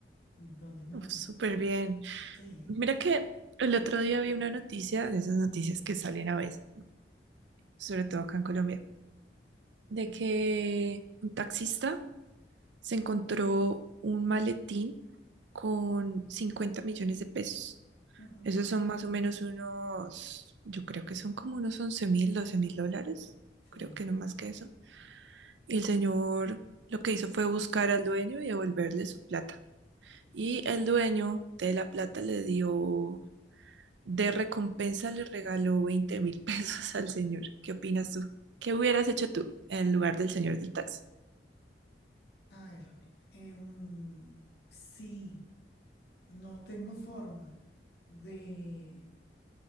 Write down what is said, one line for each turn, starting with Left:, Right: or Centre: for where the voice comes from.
Left: Entonces, no,
Right: Uf, súper bien.
Left: sí,
Right: Mira que el otro día vi una noticia, de esas noticias que salen a veces, sobre todo acá en Colombia, de que un taxista se encontró un maletín con 50 millones de pesos.
Left: ujú,
Right: Esos son más o menos unos, yo creo que son como unos 11 mil, 12 mil dólares,
Left: sí.
Right: creo que no más que eso. Y el señor lo que hizo fue buscar al dueño y devolverle su plata. Y el dueño de la plata le dio, de recompensa le regaló 20 mil pesos al señor. ¿Qué opinas tú? ¿Qué hubieras hecho tú en lugar del señor del taxi?
Left: A ver, em, si no tengo forma de